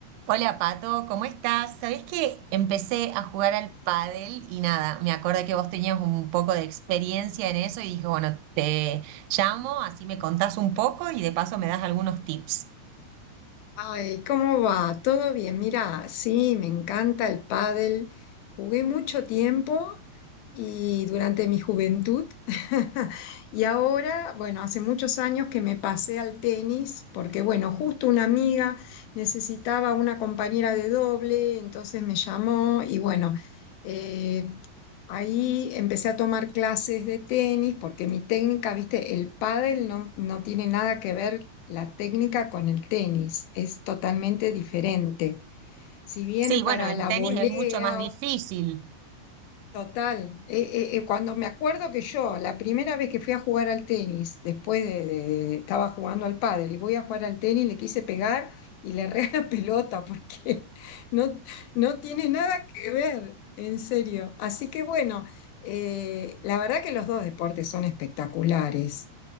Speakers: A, on the right (about 85°); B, on the left (about 75°).
A: Hola Pato, ¿cómo estás? Sabés que empecé a jugar al pádel y nada, me acordé que vos tenías un poco de experiencia en eso y dije, bueno, te llamo, así me contás un poco y de paso me das algunos tips.
B: Ay, ¿cómo va? ¿Todo bien? Mira, sí, me encanta el pádel. Jugué mucho tiempo y durante mi juventud. <laughs> Y ahora, bueno, hace muchos años que me pasé al tenis porque, bueno, justo una amiga necesitaba una compañera de doble, entonces me llamó y bueno, eh, ahí empecé a tomar clases de tenis porque mi técnica, viste, el pádel no, no tiene nada que ver la técnica con el tenis es totalmente diferente. Si bien
A: Sí, bueno,
B: para
A: el
B: la
A: tenis
B: volea,
A: es mucho más difícil.
B: o- total, eh, eh, eh, cuando me acuerdo que yo, la primera vez que fui a jugar al tenis, después de, de- de- de- estaba jugando al pádel y voy a jugar al tenis, le quise pegar y le erré <laughs> la pelota porque <laughs> no, no tiene nada que ver, en serio. Así que bueno, eh, la verdad que los dos deportes son espectaculares.